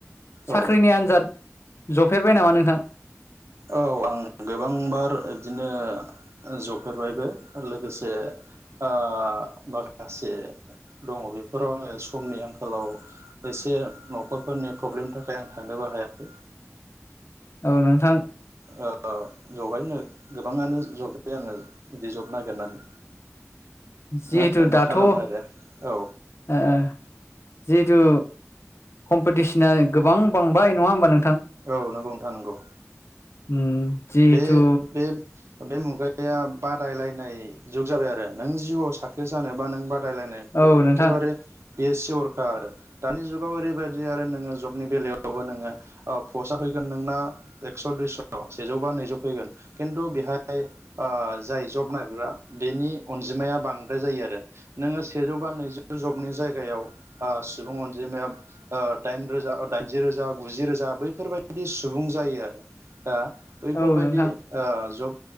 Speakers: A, on the left; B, on the right.
A: साख्रिनि
B: औ
A: आन्जाद जफेरबाय नामा नोंथां
B: औ आं गोबांबार बिदिनो ओ जफेरबायबो लोगोसे ओ माखासे दङ बेफोराव आङो समनि आंखालाव एसे न'खरफोरनि प्रब्लेमनि थाखाय आं थांनोबो हायाखै
A: औ नोंथां
B: ओ जबैनो गोबाङानो जब आङो बिदि जब नागिरनानै
A: जिहेथु
B: नाथाय मा
A: दाथ'ओ
B: खालामनो आरो औ
A: जिहेथु कम्पिटिसना गोबां बांबाय नङा होमबा नों
B: औ नोंगौ नोंथां नांगौ
A: उम जिहेथु
B: बे बे मुगाया बादायलायनाय जुग जाबाय आरो नों जिउआव साकसेस जानोबा नों बादायलायनायखौ
A: औ नोंथां
B: एखेबारे बेयो सिउरखा आरो दानि जुगाव ओरैबायदि आरो नोङो जबनि बेलायावबो नोङो पस्टआ फैगोन नोंना एस' दुइस'ल सेजौ बा नैजौ फैगोन खिन्थु बेहाय जाय जब नागिर्रा बेनि अनजिमाया बांद्राय जायो आरो नोङो सेजौ बा नैजौ जबनि जायगायाव ओ सुबुं अनजिमाया ओ दाइन रोजा दाइनजि रोजा गुजि रोजा बैफोरबायदि सुबुं जायो आरो दा बैफोरबायदि
A: औ नोंथां
B: ओ जब